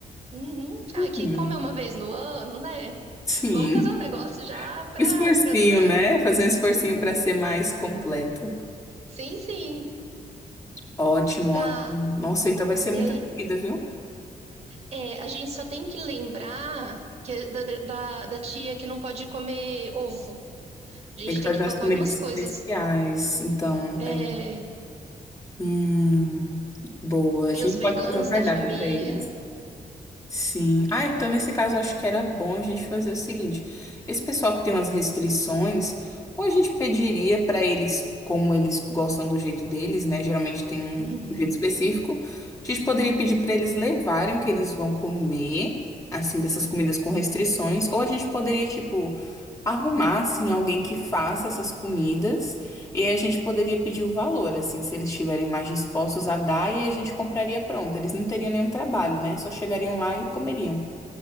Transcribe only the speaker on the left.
Hum,
sim.
Esforcinho,
né? Fazer um esforcinho pra ser mais completo.
Ótimo,
ótimo. Nossa, então vai ser
muita
comida, viu?
Tem que
fazer
umas
comidas
especiais. Então,
é. Hum, boa.
A gente
pode fazer um cardápio
pra eles. Sim. Ah, então nesse caso eu acho que era bom a gente fazer o seguinte: esse pessoal que tem umas restrições, ou a gente pediria para eles, como eles gostam do jeito deles, né? Geralmente tem um
um jeito específico. A gente poderia pedir para eles levarem o que eles vão comer, assim, dessas comidas com restrições, ou a gente poderia, tipo, arrumar, assim, alguém que faça essas comidas. E aí a gente poderia pedir o valor, assim, se eles estiverem mais dispostos a dar, e aí a gente compraria pronto. Eles não teriam nenhum trabalho, né? Só chegariam lá e comeriam.